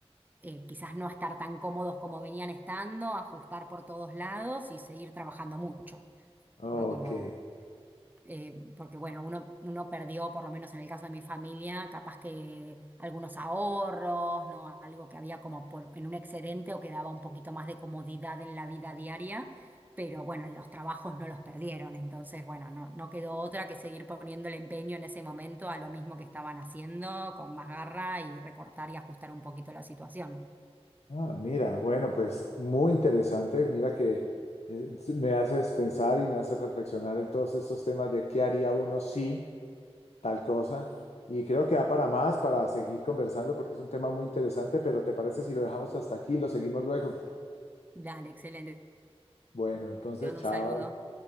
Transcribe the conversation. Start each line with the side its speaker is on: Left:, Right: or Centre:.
Right: eh, quizás no a estar tan cómodos como venían estando, ajustar por todos lados y seguir trabajando mucho,
Left: Ok.
Right: ¿no? Como eh, porque bueno, uno, uno perdió, por lo menos en el caso de mi familia, capaz que algunos ahorros, ¿no? Algo que había como por- en un excedente o que daba un poquito más de comodidad en la vida diaria, pero bueno, los trabajos no los perdieron, entonces bueno, no, no quedó otra que seguir poniendo el empeño en ese momento a lo mismo que estaban haciendo, con más garra y recortar y ajustar un poquito la situación.
Left: Ah, mira, bueno, pues muy interesante. Mira que eh, me haces pensar y me haces reflexionar en todos estos temas de qué haría uno si. tal cosa. Y creo que da para más, para seguir conversando, porque es un tema muy interesante, pero ¿te parece si lo dejamos hasta aquí y lo seguimos luego?
Right: Dale, excelente.
Left: Bueno, entonces,
Right: Te mando
Left: chao.
Right: Un saludo.